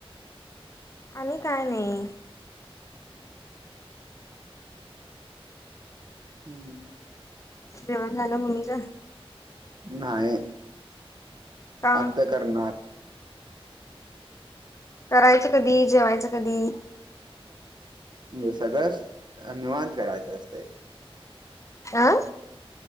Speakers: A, on the left; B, on the right.
A: आणि काय नाही.
B: हम्म
A: जेवण झालं मम्मीच?
B: नाही
A: का
B: आत्ता करणार.
A: करायचं कधी जेवायचं कधी?
B: म्हणजे सगळं निवांत करायचं असत.
A: आं